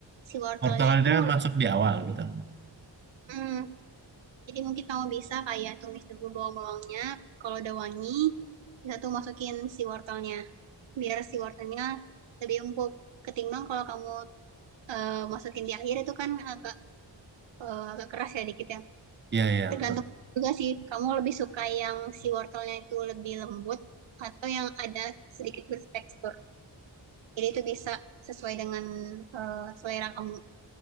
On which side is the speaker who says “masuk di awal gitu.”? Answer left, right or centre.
Right